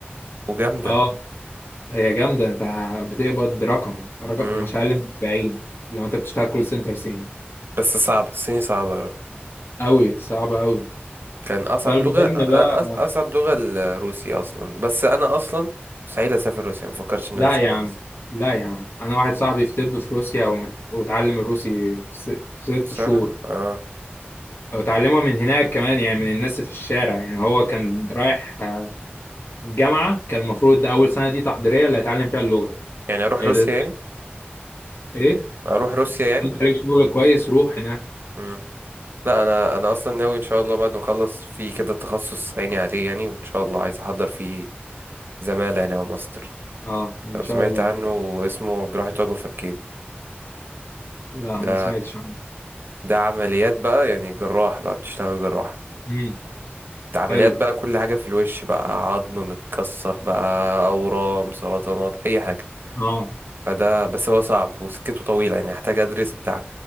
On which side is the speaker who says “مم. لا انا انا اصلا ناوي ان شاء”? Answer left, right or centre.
Right